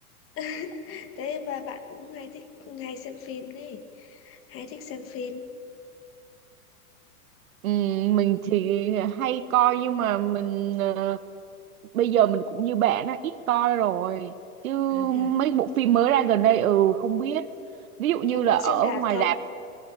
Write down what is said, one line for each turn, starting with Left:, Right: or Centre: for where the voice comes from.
Left: <laughs> Thế và bạn cũng hay thích hay xem phim đấy, hay thích xem phim.
Right: Ừ, mình thì hay coi nhưng mà mình ờ, bây giờ mình cũng như bạn á ít coi rồi chứ
Left: À, thế
Right: mấy
Left: à?
Right: bộ phim mới ra gần đây ừ không biết ví dụ như
Left: Có muốn
Right: là
Left: xem
Right: ở
Left: đạp
Right: ngoài
Left: không?
Right: rạp